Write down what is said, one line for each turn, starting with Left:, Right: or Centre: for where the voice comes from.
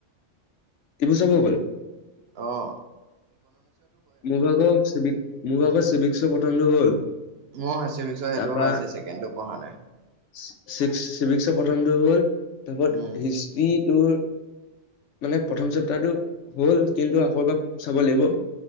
Left: ইবোৰ চব হৈ গ'ল?
Right: অ'হ।
Left: মোৰ ভাগৰ চিভিক- মোৰ ভাগৰ চিভিক্সৰ প্ৰথমটো হ'ল।
Right: মোৰ চিভিক্সৰ সেইটো
Left: তাৰ পৰা
Right: হৈ আছে ছেকেণ্ডটো পঢ়া নাই
Left: চি- চিভিক্স প্ৰথমটো হ'ল। তাৰপত
Right: উম
Left: হিষ্ট্ৰিটোৰ মানে প্ৰথম চেপ্তাৰটো হ'ল। কিন্তু আকৌ ইবা চাব লাগিব।